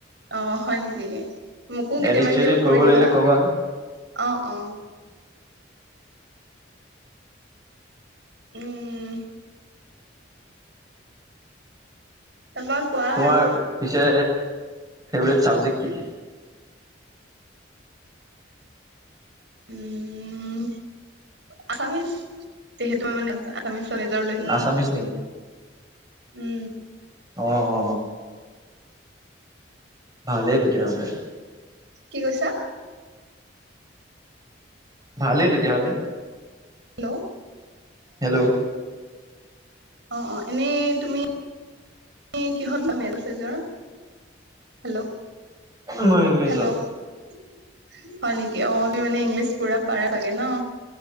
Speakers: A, on the right (about 70°); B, on the right (about 20°).
A: অ, হয় নেকি? মোকো কেতিয়াবা
B: এডিট
A: কেতিয়াবা
B: চেডিট কৰিব
A: কৰি দিবা।
B: লাগিলে কবা
A: অ, অ উম। তাৰপা কোৱা
B: তোমাৰ
A: আৰু
B: পিছে ফেভৰেট চাবজেক্ট কি?
A: উম, আছামিজ যিহেতু মই মানে আছামিজ। নিজৰ লাগে ন,
B: আছামিছ নেকি
A: উম।
B: অ, অ, অ। ভালেই তেতিয়া হ'লে।
A: কি কৈছা?
B: ভালেই তেতিয়াহলে
A: হেল্ল'
B: হেল্ল'
A: অ অ, এনেই তুমি তুমি কিহত ললা মেজৰ-চেজৰ হেল্ল'
B: মই ইংলিছত
A: হেল্ল' হয় নেকি, অ তুমি মানে ইংলিছ পুৰা পাৰা চাগে ন।